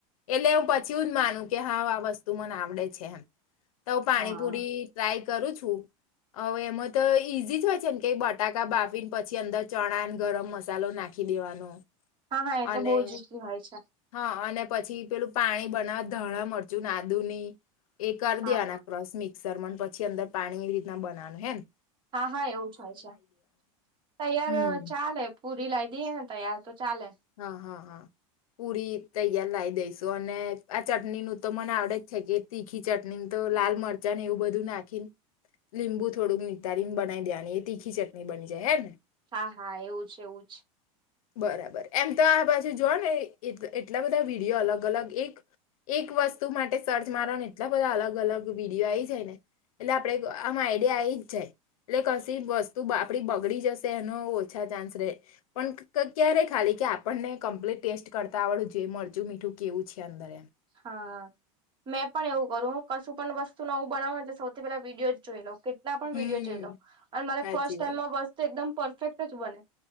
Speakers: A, on the left; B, on the right.
A: એટલે હ પછી જ માનું કે હા આ વસ્તુ મને આવડે છે એમ. તો હ પાણી
B: હા
A: પુરી ટ્રાય કરું છું. એમ જ તો ઈઝી જ હોય છે ને કે બટાકા બાફીને પછી અંદર ચણા ગરમ મસાલો નાખી દેવાનો.
B: હા હા એ
A: અને
B: તો બહુ જ ઈઝી હોય છે
A: હા અને પછી પેલું પાણી બનાવવા ધણા મળતા જુ આદુની. એ કર
B: હા
A: દેના
B: હા
A: ક્રોસ મિક્સર મ પ પછી અંદર પાણીની રીતના બનાવાનું હ ને.
B: હા હા એવું જ હોય છે, તૈયાર
A: હમ
B: ચાલે. પૂરી લાઈ દ એ તૈયાર તો ચાલે
A: હા હા હા પૂરી તૈયાર લાવ દઈશ. તો અને આ ચટણી નું તો મને આવડે જ છે કે તીખી ચટણી તો લાલ મરચા ને એવું બધું નાખીને, લીંબુ થોડુંક મી તન બનાઈ દેવાની. તીખી ચટનીણી બની જાય હૈ ને.
B: હા હા એવું છે એવું જ.
A: બરાબર એમ તો આ બાજુ જોઓ ને એટલા બધા વિડીયો અલગ અલગ એક એક વસ્તુ માટે સર્ચ મારોવા ને એટલા બધા અલગ અલગ વિડીિયો આ જાય ને એટલે આપણે આમ આઈડિયા આવી જ જાય એટલે કશી વસ્તુ આપડી બગડી જશે એનો ઓછા ચાન્સ રહે પણ ક્યારે ખાલી કે આપણને કમ્પ્લીટ ટેસ્ટ કરતા આવડું જે મરચું મીઠું કેવું છે અંદર.
B: હા, મેં પણ એવું કરું કશું પણ વસ્તુ નવું બનાવ એટલે સૌથી પેલા વિડીયો જ જોઈ લઉ. કેટલા પણ
A: હમ
B: વિડીયો જોઈ લો, અને મારે
A: સાચી
B: ફર્સ્ટ ટાઈમમાં
A: વાત
B: વસ્ત એકદમ પરફેક્ટ અ જ બને.